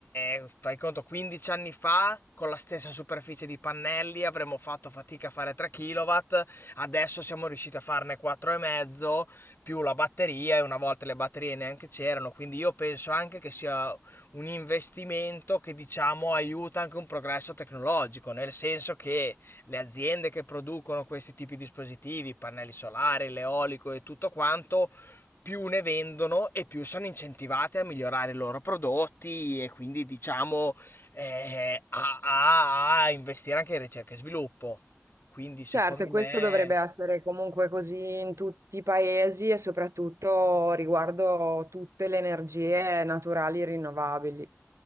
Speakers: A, on the left; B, on the right.
A: è- fai conto, 15 anni fa, con la stessa superficie di pannelli, avremmo fatto fatica a fare 3 kW, adesso siamo riusciti a farne 4,5 più la batteria, e una volta le batterie neanche c'erano, quindi io penso anche che sia un investimento che diciamo aiuta anche un progresso tecnologico, nel senso che le aziende che producono questi tipi di dispositivi, pannelli solari, l'eolico e tutto quanto, più ne vendono e più sono incentivate a migliorare i loro prodotti e quindi diciamo eh, a, a- a investire anche in ricerca e sviluppo. Quindi secondo
B: Certo, e questo
A: me
B: dovrebbe essere comunque così in tutti i paesi e soprattutto riguardo tutte le energie naturali rinnovabili.